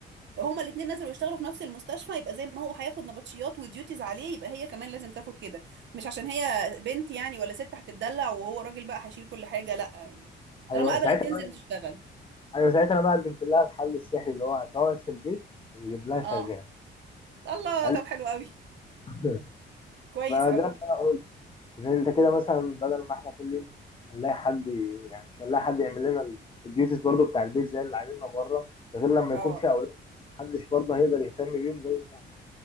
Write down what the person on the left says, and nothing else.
ايوه
ساعتها
بقى أنا-
ايوه ساعتها انا بقى قدمت لها الحل السحري اللي هو تقعد في البيت يجيب لها شغال
قال
لي
<laughs>
ما
ده اللي انا قلت ان انت كده مثلا بدل ما احنا كل يوم هنلاقي حد ي- يعني مش هنلاقي حد يعمل لنا الديوتيز برضو بتاع البيت زي اللي علينا بره ده غير لما
يكون في اولاد محدش برضه هيقدر يهتم بيهم زي ما